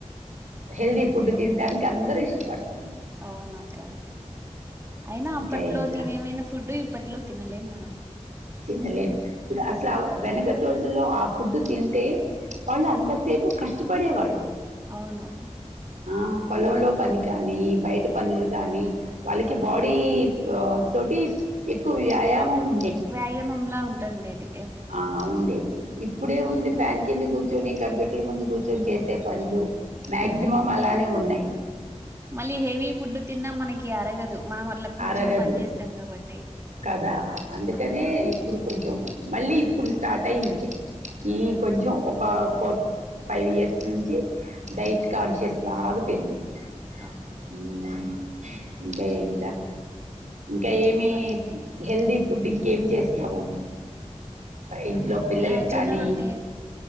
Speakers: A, on the right; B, on the right.
A: హెల్దీ ఫుడ్ తిటానికి అందరూ ఇష్టపడరు
B: అవునా ఒక్క అయినా
A: ఇంకా
B: అప్పట్లో
A: ఏంట్రా
B: తినే మైన ఫుడ్ ఇప్పట్లో తినలేము మనం.
A: తినలేం ఇది అసలు
B: ఉమ్
A: వెంకటరాజు లో ఆ ఫుడ్ తింటే వాళ్ళు అంతసేపు కష్టపడేవాళ్ళు.
B: అవును
A: ఆ పొలంలో పని కానీ బయట పనులు కానీ వాళ్ళకి బాడీ తోటి ఎక్కువ వ్యాయామం ఉ
B: వ్యాయి మమ్లా ఉంటండేది
A: ఆ ఉండేది ఇప్పుడే ఉంది ఫ్యాన్ కింద కూర్చ నీ కంప్యూ ముందు కూర్చొని చేసే పండ్లు మ్యాక్సిమం
B: ఉమ్
A: అలానే ఉన్నాయి
B: మళ్ళీ హెవీ ఫుడ్ తిన్నా మనకి అరగదు మనం అట్లా కూర్చొని
A: అరగదు
B: పని చేస్తాం కాబట్టి
A: కదా అందుకనే
B: అవును
A: ఇప్పుడు కొంచెం మళ్ళీ ఇప్పుడు స్టార్ట్ అయింది లే
B: ఉమ్
A: ఈ కొంచం
B: అవును
A: ఒక ఫ ఫైవ్ ఇయర్స్ నుంచి డైట్ కాన్షియస్ బాగా పెరిగింది
B: అవును
A: ఉ ఇంకా ఏంటి రా ఇంకా ఏమి
B: చెప్పాలి
A: హెల్దీ ఫుడ్ ఇంకేం చేస్తావు ఇంట్లో
B: ఇంకా
A: పిల్లలకి
B: ఆ, జొన్న
A: కానీ
B: రొట్టె